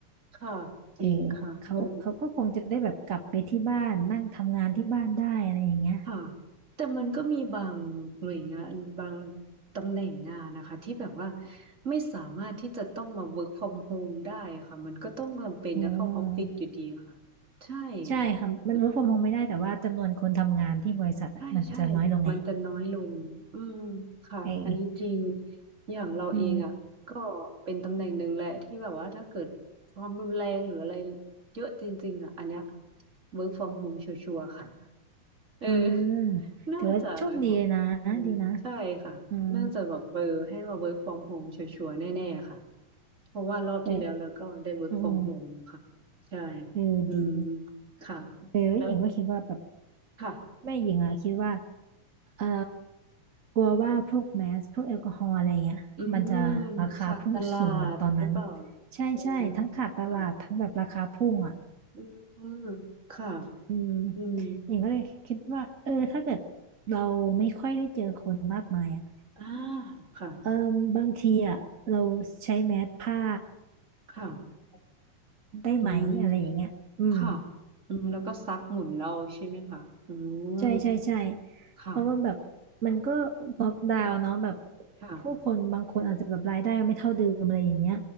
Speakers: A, on the right; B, on the right.
A: ค่ะจริงค่ะเออ
B: เออเขาเขาก็คงจะได้แบบกลับไปที่บ้านนั่งทำงานที่บ้านได้อะไรอย่างเงี้ย
A: ค่ะแต่มันก็มีบางหน่วยงานบางตำแหน่งงานนะคะที่แบบว่าไม่สามารถที่จะต้องมา work from home ได้อะค่ะมันก็ต้องจำเป็นจะเข้าออฟฟิศอยู่ดีค่ะ
B: อืม
A: ใช่
B: ใช่ค่ะมัน
A: อืม
B: work from home ไม่ได้แต่ว่าจำนวนคนทำงานที่บริษัทอะมันจะน้อยลงไง
A: ใช่ใช่ มันจะน้อยลงอืมค่ะอันนี้จริง
B: เออ
A: อย่างเราเองอ่ะก็เป็นตำแหน่งหนึ่งแหละที่แบบว่าถ้าเกิดความรุนแรงหรืออะไร
B: อืม
A: เยอะจริงๆอ่ะอันเนี้ย work from home ชัวร์ๆค่ะ เออ
B: อ่าแต่ว่าโชคดีเลยนะดีนะ
A: น่าจะนะคะอืมใช่ค่ะน่าจะแบบเออให้มา
B: อืม
A: work from home ชัวร์ๆแน่ๆค่ะเพราะว่ารอบที่แล้วเราก็ได้
B: แต่
A: work
B: อืม
A: from home ค่ะใช่
B: เออดี
A: อืมค่ะ
B: เออหญิงก็คิดว่าแบบ
A: แล้วค่ะ
B: แม่หญิงอะคิดว่าเออกลัวว่าพวกแมสพวกแอลกอฮอล์อะไรเงี้ยมันจะราคาพุ่งสูงเหมือนตอนนั้น
A: อืมขาดตลาดหรือเปล่า
B: ใช่ใช่ทั้งขาดตลาดทั้งแบบราคาพุ่งอะ
A: เออค่ะอืมค่ะ
B: อืม
A: อืม
B: หญิงก็เลยคิดว่าเออถ้าเกิดเราไม่ค่อยได้เจอคนมากมายอ่ะ
A: อ่าค่ะ
B: เอมบางทีอ่ะเราใช้แมสผ้า
A: ค่ะ
B: ได้ไหมอะไรอย่างเงี้ยอืม
A: อืมค่ะอืมแล้วก็ซักหมุนเอาใช่ไหมคะอืม
B: ใช่ใช่ใช่
A: ค่ะ
B: เพราะว่าแบบมันก็ล็อกดาวน์เนาะแบบ
A: ค่ะ
B: ผู้คนบางคนอาจจะแบบรายได้ไม่เท่าเดิมอะไรอย่างเงี้ย